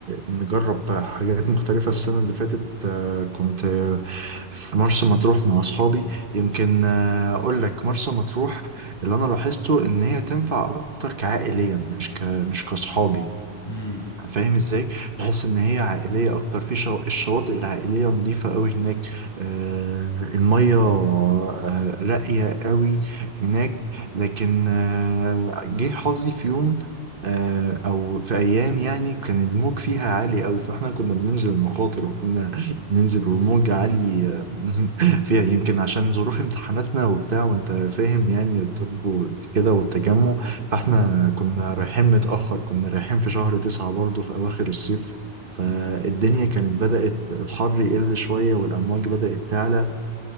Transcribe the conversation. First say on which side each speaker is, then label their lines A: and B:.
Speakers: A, on the right; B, on the left.
A: نجرب حاجات مختلفة السنة اللي فاتت آه، كنت آه، في مرسى مطروح مع أصحابي يمكن آه، أقول لك مرسى مطروح اللي أنا لاحظته إن هي تنفع أكتر كعائلية مش ك مش كأصحابي
B: امم
A: فاهم ازاي؟ تحس ان هي عائليه اكتر في شو... الشواطئ العائليه نظيفه قوي هناك آه الميه آه راقيه قوي هناك لكن آه جه حظي في يوم آه او في ايام يعني كان الموج فيها عالي قوي فاحنا كنا بننزل مخاطر وكنا بننزل
B: <laughs>
A: والموج عالي آه، <laughs> فيها يمكن عشان ظروف امتحاناتنا وبتاع وانت فاهم يعني الطب وكده والتجمع فاحنا
B: امم
A: كنا رايحين متأخر كنا رايحين في شهر تسعة برضه في أواخر الصيف فالدنيا
B: أمم.
A: كانت بدأت الحر يقل شوية والأمواج بدأت تعلى